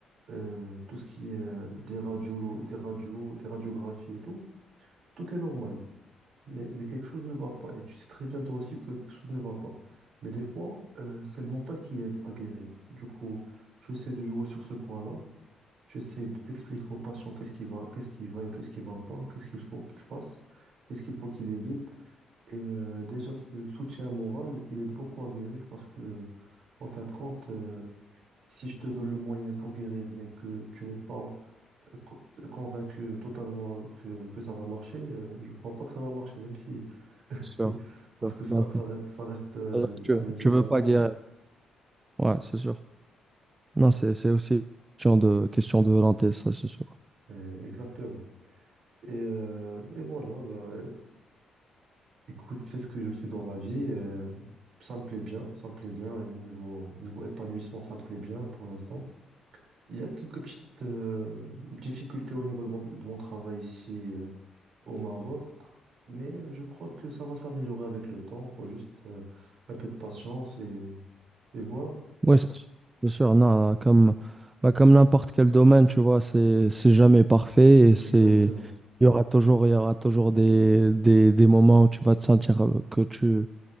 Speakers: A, on the right; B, on the right.
A: euh, tout ce qui est euh, des radios, des radios, des radiographies et tout, tout est normal. Mais, mais quelque chose ne va pas. Et tu sais très bien toi aussi que quelque chose ne va pas. Mais des fois, euh, c'est le mental qui aide à guérir. Du coup, j'essaie de jouer sur ce point-là. J'essaie de t'expliquer au patient qu'est-ce qui va, qu'est-ce qui va et qu'est-ce qui va pas, qu'est-ce qu'il faut qu'il fasse, qu'est-ce qu'il faut qu'il évite. Et euh, déjà, ce soutien moral, il aide beaucoup à guérir parce que, en fin de compte, euh, si je te donne le moyen pour guérir, mais que tu n'es pas euh, co- convaincu totalement que, que ça va marcher, euh, je crois pas que ça va marcher, même si
B: C'est Sûr.
A: <laughs> Parce
B: C'est Sûr.
A: que ça,
B: Vachement.
A: ça, reste ça reste, euh,
B: Alors que tu,
A: un médicament.
B: tu veux pas guérir.
A: hein,
B: Ouais, c'est sûr. Non, c'est, c'est aussi une question de, question de volonté, ça, c'est sûr.
A: euh, exactement. Et, euh, et voilà, bah, <laughs> écoute, c'est ce que je fais dans la vie. euh, ça me plaît bien, ça me plaît bien. euh, Niveau, euh, niveau épanouissement, ça me plaît bien pour l'instant. Il y a quelques petites euh, difficultés au niveau de mon, de mon travail ici euh, au Maroc, mais je crois que ça va s'améliorer avec le temps. Il faut juste euh, un peu de patience et, et voilà.
B: oui c'est sûr. C'est sûr. Non, comme, bah, comme n'importe quel domaine, tu vois, c'est, c'est jamais parfait et c'est,
A: Exactement.
B: il y aura toujours, il y aura toujours des, des, des moments où tu vas te sentir euh, que tu,